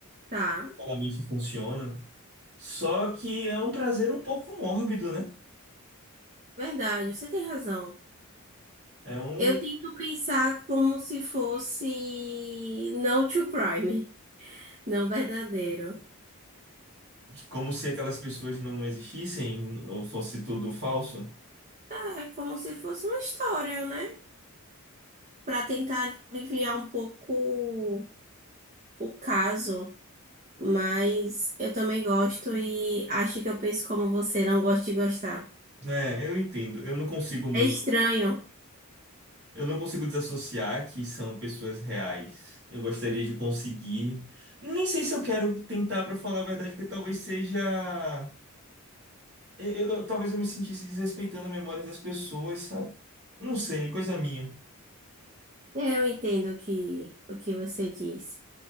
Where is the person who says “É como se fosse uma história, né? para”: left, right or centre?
Right